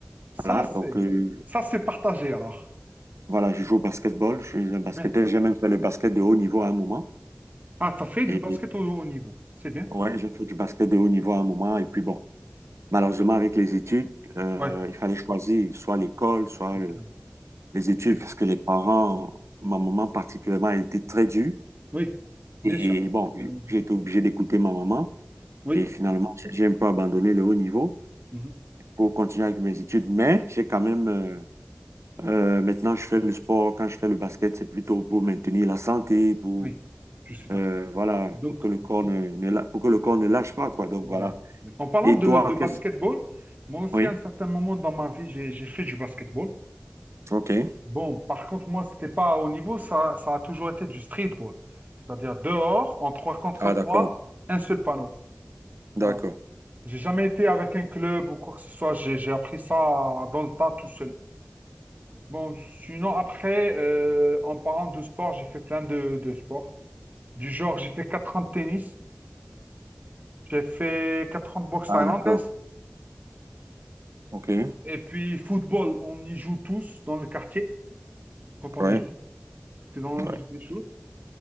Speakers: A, on the right; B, on the right.
A: Ça,
B: Voilà,
A: c'est
B: donc euh,
A: ça, c'est partagé alors.
B: voilà, je joue au basketball, je suis un basketteur,
A: C'est bien.
B: j'ai même fait le basket de haut niveau à un moment.
A: Ah, t'as fait du
B: Et
A: basket au haut niveau. C'est bien.
B: ouais, j'ai fait du basket de haut niveau à un moment. Et puis bon, malheureusement, avec les études, euh,
A: Ouais,
B: il fallait choisir soit l'école, soit
A: c'est
B: le-
A: clair,
B: les études,
A: c'est clair.
B: parce que les parents, ma maman particulièrement, a été très dure.
A: Oui, bien
B: Et
A: sûr.
B: bon,
A: Euh, je-
B: j'ai été obligé d'écouter ma maman.
A: Oui,
B: Et finalement, j'ai un peu abandonné le haut niveau
A: mhm,
B: pour continuer avec mes études. Mais j'ai quand même, euh, euh, maintenant, je fais le sport. Quand je fais le basket, c'est plutôt pour maintenir la santé, pour
A: oui, je suis d'accord.
B: Euh, voilà,
A: Donc,
B: pour que le corps ne, ne la- pour que le corps ne lâche pas, quoi. Donc
A: Voilà.
B: voilà.
A: En parlant
B: Et
A: de,
B: toi,
A: de basketball,
B: qu'est-ce...
A: moi aussi,
B: Oui.
A: à un certain moment dans ma vie, j'ai, j'ai fait du basketball.
B: OK.
A: Bon, par contre, moi, c'était pas à haut niveau, ça, ça a toujours été du streetball. C'est-à-dire dehors, en trois contre
B: Ah,
A: trois,
B: d'accord.
A: un seul panneau.
B: D'accord.
A: Voilà. J'ai jamais été avec un club ou quoi que ce soit, j'ai, j'ai appris ça dans le tas tout seul. Bon, sinon, après, euh, en parlant de sport, j'ai fait plein de, de sports. Du genre, j'ai fait 4 ans de tennis, j'ai fait 4 ans de boxe
B: Ah,
A: thaïlandaise,
B: d'accord. OK.
A: Et puis, football, on y joue tous dans le quartier quand on
B: Ouais.
A: est jeune. C'est dans
B: Ouais.
A: le jeu des choses.